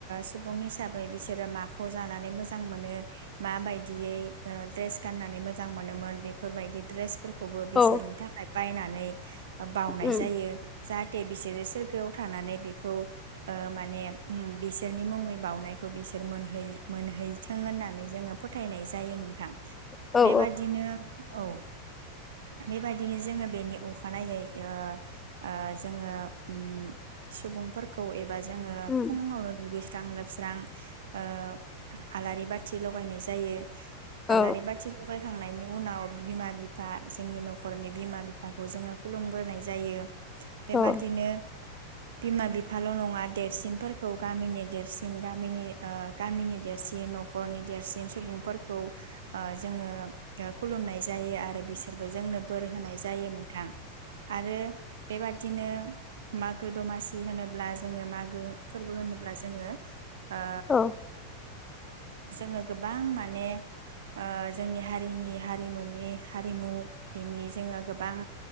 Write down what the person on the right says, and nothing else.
सुबुं हिसाबै बिसोरो माखौ जानानै मोजां मोजां मोनो मा बायदियै द्रेस गाननानै मोजां मोनोमोन बेफोरबायदि द्रेस फोर खौबो बिसोरनि
थाखाय बायनानै बावनाय
जायो जाहाथे बिसोरो सोरगोआव थानानै बेखौ ओ माने बिसोरनि मुङै बावउनायखौ बिसोर मोनहै मोनहै थों होननानै जोङो फोथायनाय जायो नोंथां
बेबादिनो
औ बेबायदिनो जोङो बेनि अखानायै ओ ओ जोङो उम सुबुंफोरखौ एब बा जोङो
फुावनो दुगै स्रां लोबस्रां ओ आलारि बाथि लगायनाय जायो।
आलारि बाथि लगाय खांनायनि उनाव बिमा बिफा जोंनि न'खरनि बिमा बिफाखौ जोङो खुलुमग्रोनाय जायो। बेबादिनो
बिमा बिफाल' नङा देरसिनफोरखौ गामिनि देरसिन गामिनि गामिनि देरसिन जि न'खरनि देरसिन सुबुंफोरखौ ओ जोङो ओ खुलुमनाय जायो आरो बिसोरबो जोंनो बोर होनाय जायो नोंथां आरो बेबादिनो मागो दमासि होनोब्ला जोङो मागो फोरबो होनोब्ला जोङो। ओ
जोङो गोबां माने ओ जोंनि हारिनि हारिमुनि हारिमु बिनि जोङो गोबां